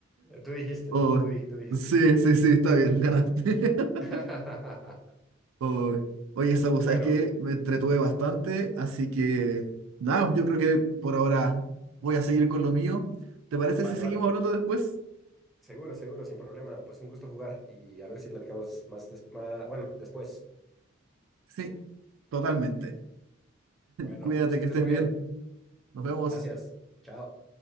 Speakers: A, in the centre; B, on the right.
A: Tú dijiste,
B: Oh,
A: tú, di- tú dijiste.
B: sí, sí, sí, está bien, ganaste.
A: <laughs>
B: <laughs> Oh, oye, Sabu, sabes
A: Bueno,
B: que me entretuve bastante, así que nada, yo creo que por ahora voy a seguir con lo mío. ¿Te parece
A: vale,
B: si seguimos
A: vale.
B: hablando después?
A: Seguro, seguro, sin problema. Pues un gusto jugar y a ver si platicamos más, des- ma- bueno, después.
B: Sí, totalmente.
A: Bueno,
B: Cuídate,
A: pues que
B: que
A: estés
B: estés
A: muy
B: bien.
A: bien.
B: Nos vemos.
A: Gracias. Chao.